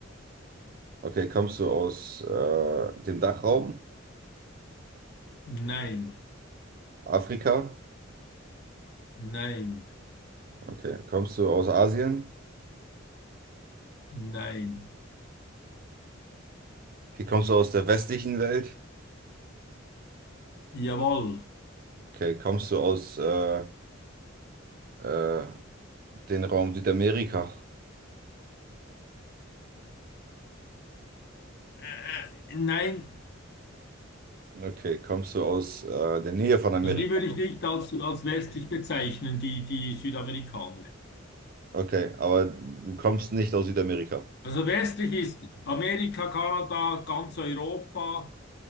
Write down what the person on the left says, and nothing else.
nein,
nein.
Nein.
Jawohl.
Äh, äh, nein.
Also die würde ich nicht als, als westlich bezeichnen, die, die Südamerikaner.
Also westlich ist Amerika, Kanada, ganz Europa,